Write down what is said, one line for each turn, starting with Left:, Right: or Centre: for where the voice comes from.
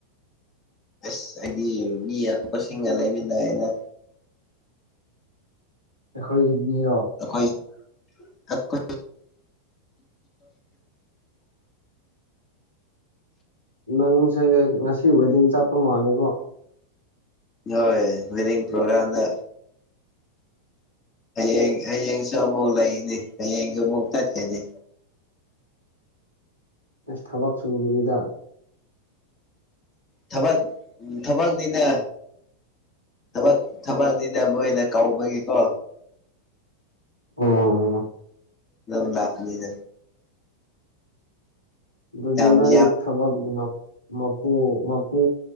Left: ꯑꯁ ꯑꯩꯗꯤ ꯃꯤ ꯑꯄꯤꯛꯄꯁꯤꯡꯒ ꯂꯩꯃꯤꯟꯅꯌꯦꯗ
Right: ꯑꯩꯈꯣꯏꯒꯤ ꯃꯤꯔꯣ
Left: ꯑꯈꯣꯏ <unintelligible>
Right: ꯅꯪꯁꯦ ꯉꯁꯤ ꯋꯦꯗꯤꯡ ꯆꯠꯄ ꯃꯥꯜꯂꯦꯀꯣ
Left: ꯍꯣꯏ ꯋꯦꯗꯤꯡ ꯄ꯭ꯔꯣꯒ꯭ꯔꯥꯝꯗ ꯍꯌꯦꯡ ꯍꯌꯦꯡꯁꯨ ꯑꯃꯨꯛ ꯂꯩꯅꯤ ꯍꯌꯦꯡꯁꯨ ꯑꯃꯨꯛ ꯆꯠꯈꯤꯅꯤ
Right: ꯑꯦꯁ ꯊꯕꯛ ꯁꯨꯗꯕꯤꯗ
Left: ꯊꯕꯛ ꯊꯕꯛꯅꯤꯅ ꯊꯕꯛ ꯊꯕꯛꯅꯤꯅ ꯃꯣꯏꯅ ꯀꯧꯕꯒꯤꯀꯣ
Right: ꯑꯣ
Left: ꯂꯧ ꯂꯥꯛꯄꯅꯤꯗ
Right: ꯗꯨꯗꯤ
Left: ꯌꯥꯝ
Right: ꯅꯣꯏ
Left: ꯌꯥꯝ
Right: ꯊꯕꯛꯅꯤꯅ ꯃꯄꯨ ꯃꯄꯨ